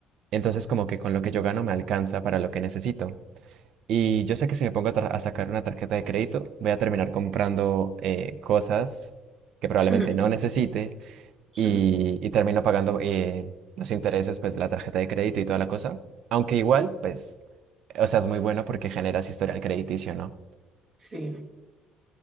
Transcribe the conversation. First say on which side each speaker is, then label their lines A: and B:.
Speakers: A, on the right (about 65°); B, on the right (about 45°).
A: entonces como que con lo que yo gano me alcanza para lo que necesito. Y yo sé que si me pongo a, tra- a sacar una tarjeta de crédito, voy a terminar comprando eh, cosas que probablemente
B: Ujú,
A: no necesite
B: ujú.
A: y, y termino pagando eh, los intereses pues, de la tarjeta de crédito y toda la cosa. Aunque igual, pues, o sea, es muy bueno porque generas historial crediticio, ¿no?
B: Sí.